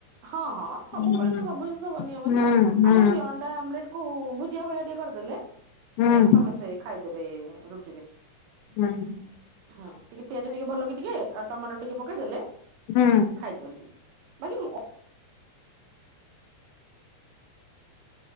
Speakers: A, on the right; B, on the left.
A: ହଁ ହଁ ସବୁବେଳେ
B: ହୁଁ।
A: ତ ସବୁ ଜିନିଷ ବନେଇ ହବନି
B: ହୁଁ
A: ନା
B: ହୁଁ
A: ଆମର ବି ଅ ଅଟା ଆମଲେଟ୍ କୁ ଭୁଜିଆ ଭଳିଆ ଟିକେ କରିଦେଲେ
B: ହୁଁ
A: ସମସ୍ତେ ଖାଇଦେବେ ରୁଟିରେ।
B: ହୁଁ।
A: ହଁ ଟିକେ ପିଆଜ ଟିକେ ଭଲ କି ଟିକେ ଆଉ ଟମାଟୋ ଟିକେ ପକେଇଦେଲେ
B: ହୁଁ
A: ଖାଇଦିଅନ୍ତି। ବାକି ମୋ